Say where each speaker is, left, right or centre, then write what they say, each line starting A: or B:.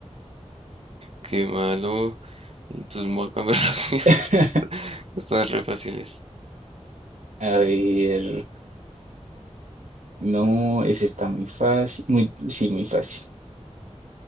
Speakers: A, on the right (about 55°); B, on the right (about 85°).
A: qué malo. Entonces voy a cambiar <laughs> las mías
B: <laughs>
A: porque est- están re fáciles.
B: A ver. No, esa está muy fácil. Muy, sí, muy fácil.